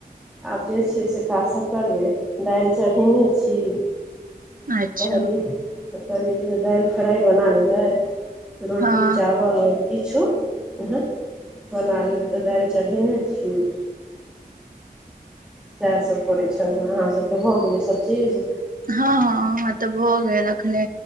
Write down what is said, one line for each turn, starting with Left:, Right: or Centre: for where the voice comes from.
Centre: आब जे छै से काज सब करबै दाएल चरहैने छी
Right: अच्छा
Centre: कहलिये
Right: हँ
Centre: जे दाइल फ्राइ बना छि ह रोटी
Right: हँ
Centre: चावल और किछु एहन बना लेबै तऽ दाएल चढ़ेने छीय इएहसभ करैत छल ह अहाँ सभके भऽ गेलै सब चीज
Right: ह ह हमर तऽ भऽ गेल अखने